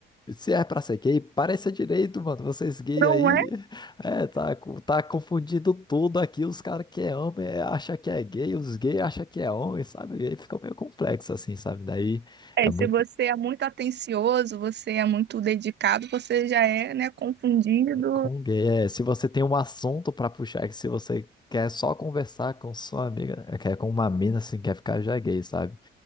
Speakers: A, on the left (about 20°); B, on the right (about 60°).
A: Se é pra ser gay, pareça direito, mano. Vocês gay
B: Não
A: aí,
B: é?
A: é, tá, co- tá confundindo tudo aqui. Os caras que é homem é, acha que é gay, os gays acham que é homem, sabe? E aí fica meio complexo assim, sabe? Daí
B: É,
A: é
B: se
A: muito
B: você é muito atencioso, você é muito dedicado, você já é, né, confundido.
A: é, com gay. É, se você tem um assunto pra puxar, é que se você quer só conversar com sua amiga, é, quer com uma mina assim, quer ficar já gay, sabe?